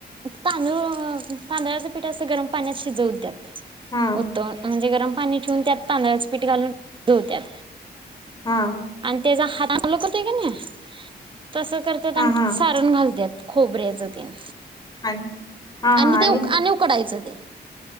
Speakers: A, on the right; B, on the left.
A: तांदूळ तांदळाचं पिठ असं गरम पाण्यात शिजवत्यात.
B: हा
A: उतम गरम पाणी ठेवून त्यात तांदळाच पीठ घालून शिजवत्यात.
B: हम
A: तेचा हात ओला करतोय कणी तसं करतात
B: हा
A: आणि
B: हा
A: ति सारण घालत्यात. खोबऱ्याच तेल
B: आणि हा
A: आणि
B: हा
A: ते आणि उकडायचं ते